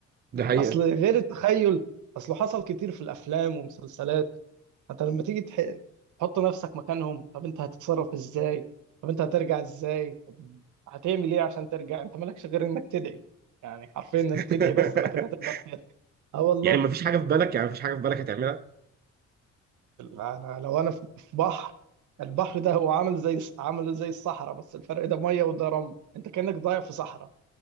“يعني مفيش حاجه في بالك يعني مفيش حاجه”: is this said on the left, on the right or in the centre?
Right